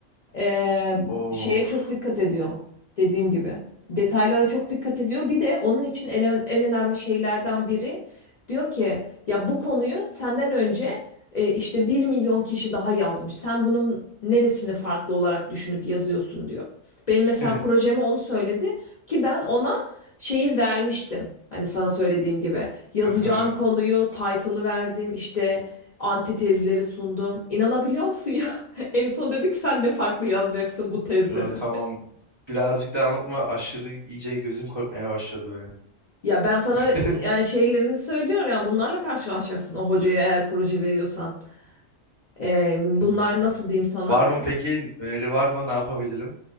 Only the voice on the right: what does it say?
Of.
<laughs>
Aha.
Ya,
tamam. Birazcık da anlatma. Aşırı iyice gözüm korkmaya başladı benim.
<laughs>
Hmm.
Var mı peki? Öneri var mı? Ne yapabilirim?